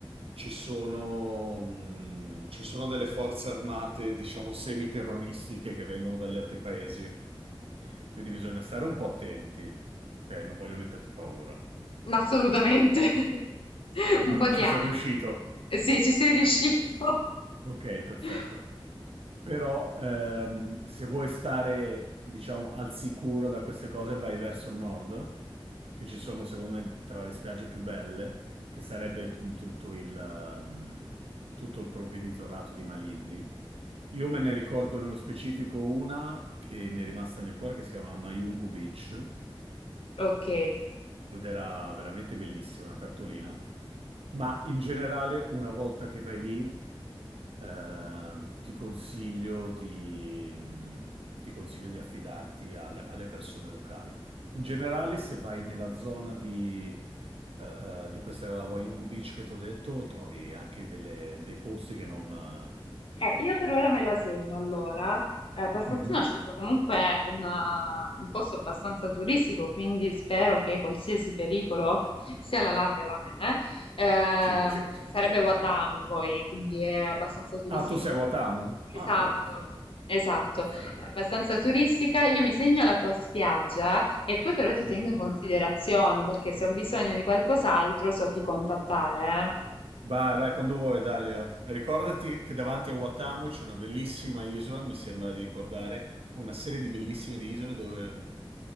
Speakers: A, on the right (about 85°); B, on the left (about 70°).
A: ci sono, mh, ci sono delle forze armate, diciamo, semiterroristiche che vengono dagli altri paesi. Quindi bisogna stare un po' attenti. Ok, non voglio metterti paura. <laughs>
B: Assolutamente, <laughs>
A: Non
B: un po' di
A: ci
B: ansia.
A: sono riuscito.
B: Eh Sì, ci sei riuscito.
A: Ok, perfetto.
B: <laughs>
A: Però ehm, se vuoi stare, diciamo, al sicuro da queste cose, vai verso il nord, che ci sono, secondo me, tra le spiagge più belle, che sarebbe mm, tutto il, ehm, tutto il provveditorato di Malindi. Io me ne ricordo nello specifico una che mi è rimasta nel cuore, che si chiama Mayungu Beach
B: Ok.
A: ed era veramente bellissima una cartolina. Ma in generale, una volta che vai lì, ehm, ti consiglio di, mh, ti consiglio di affidarti al- alle persone locali. In generale, se vai nella zona di, eh, eh, di questa Wayungu Beach che ti ho detto, trovi anche delle- dei posti che non... eh,
B: Eh, io per ora me la segno allora. Eh, per fortuna
A: Mhm.
B: ho scelto comunque una- un posto abbastanza turistico, quindi spero che qualsiasi pericolo <laughs> sia alla larga da me. eh. Ehm,
A: Sì, sì,
B: che
A: sì,
B: sarebbe
A: stai tranquilla.
B: Watamu poi, quindi è abbastanza turistica.
A: Ah, tu sei a Watamu?
B: Esatto,
A: Ah, allora perfetto,
B: esatto,
A: perfetto.
B: è abbastanza turistica. Io mi segno la tua spiaggia e poi però ti
A: Mhm.
B: tengo in considerazione perché se ho bisogno di qualcos'altro so chi contattare. eh.
A: Vai, vai, quando vuoi, Dalila. Ricordati che davanti a Watamu c'è una bellissima isola, mi sembra di ricordare, una serie di bellissime di isole dove, mh,